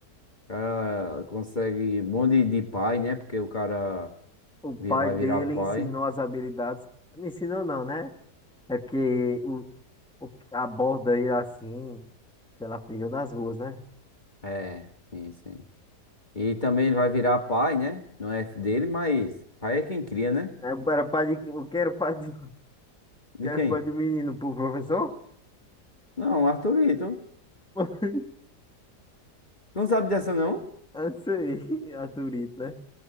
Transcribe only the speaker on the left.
O cara consegue um monte de de pai, né? Porque o cara
vi- vai
virar pai.
É, sim, sim. E também ele vai virar pai, né? Não é F dele, mas pai é quem cria, né?
De
quem?
Não, Arthurito.
Tu não sabe dessa, não?